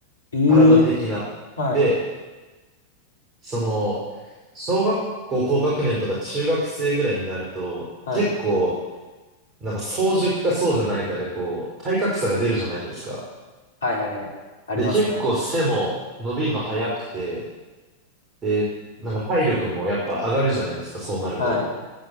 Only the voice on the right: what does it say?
体的な。
で、その、小学校高学年とか中学生ぐらいになると、
結構、なんか早熟かそうじゃないかで、こう、体格差が出るじゃないですか。
で、結構背も伸びるの早くて、で、なんか体力もやっぱ上がるじゃないですか、そうなると。